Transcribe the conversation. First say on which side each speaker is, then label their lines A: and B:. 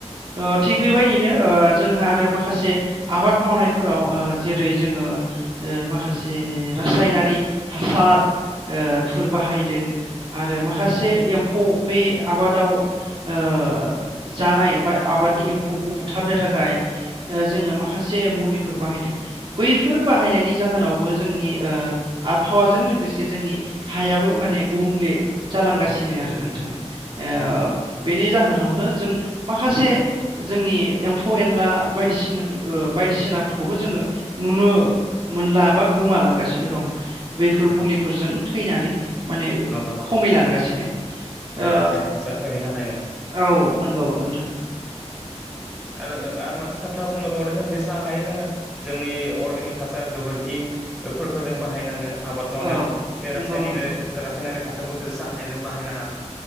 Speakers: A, on the right; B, in the centre.
A: ओ थिग बेबायदिनो ओ जों हा आरो माखासे आबाद मावनायफोराव ओ जेरै जोङो ओ माखासे रासायनारि हासार ओ फोर बाहायदों आरो माखासे एम फौ बै आबादाव ओ जानाय बा आबादनि एम्फौखौ बुथारनो थाखाय ओ जोङो माखासे मुलिफोर बाहायदों। बैफोर बाहायनायनि जाहोनावबो जोंनि ओ आबहावाजों लोगोसे जोंनि हायाबो माने गुबुंले जालांगासिनो आरो नोंथां। ओ
B: नंगौ
A: बेनि जाहोनाव नो जों माखासे जोंनि एम्फौ एनला बायदिसिनाफोर ओ बायदिसिनाफोरखौबो जोङो नुनो मोनला बा गोमालांगासिनो दं। बेफोर
B: नंगौ
A: मुलिफोरजों थैनानै माने
B: नंगौ नंगौ
A: खमिलांगासिनो
B: बे
A: ओ
B: रासायनिक हासारफोरनि थाखायनो
A: औ नोंगौ नोंथां <inaudible>
B: आरो जों आरो मोनसे खोथा बुंनो बावदों जों जेसां हायो जोङो जोंनि अर्गेनिक हासार गोबोरखिफोरखो जों बाहायनांगो। आबाद मावनायाव
A: औ
B: बे
A: नंगौ
B: रासानिरा
A: नंगौ
B: रासयनारि हास सारफोरखो जेसां हायो जों बाहायनाङा।